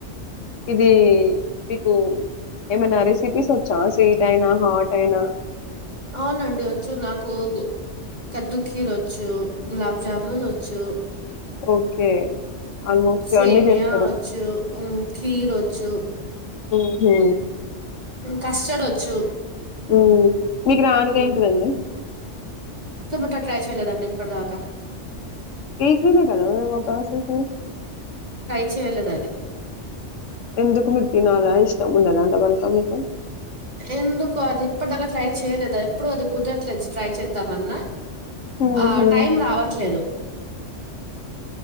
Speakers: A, on the left (about 85°); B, on the right (about 35°).
A: ఇది మీకు ఏమైనా రెసిపీస్ వచ్చా స్వీటైన, హాటైనా
B: అవునండి వచ్చు నాకూగ్, కద్దు కీరొచ్చు, గులాబ్ జ్జామున్ వచ్చు.
A: ఓకే ఆల్మోస్ట్
B: సేమ్యా
A: అన్ని చేస్తారు
B: ఒచ్చు, హు కీరొచ్చు.
A: ఉ హు,
B: కస్టర్డ్ వచ్చు
A: హు మీకు రానిది
B: ఉమ్
A: ఏంటిదండి.
B: ట్ట ట్రై చేయలేదండి ఇప్పటిదాకా
A: ఈజీనే కద వ ప్రాసెసు
B: చ్చేలేద్ దది
A: ఎందుకు మిక్ తెనాల ఇష్టముండదా అంట పలకమట
B: ఎందుకు అది ఇప్పదగ ట్రై చేయలేదా ప్పుడు అది కుదట్లేదు ట్రై చేద్దామన్నా
A: ఉహు
B: ఆ టైమ్ రావట్లేదు